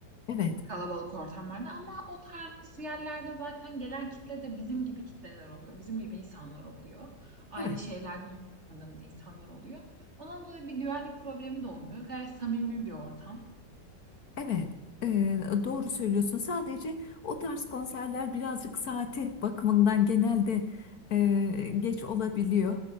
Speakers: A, on the left; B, on the right.
A: evet,
B: kalabalık ortamlarda ama o tarz yerlerde zaten gelen kitle de bizim gibi kitleler oluyor. Bizim gibi insanlar oluyor. Aynı
A: evet,
B: şeylerden hoşlandığımız insanlar oluyor. Onun dolayı bir güvenlik problemi de olmuyor. Gayet samimi bir ortam.
A: evet. E, doğru söylüyorsun. Sadece o tarz konserler birazcık saati bakımından genelde e, geç olabiliyor.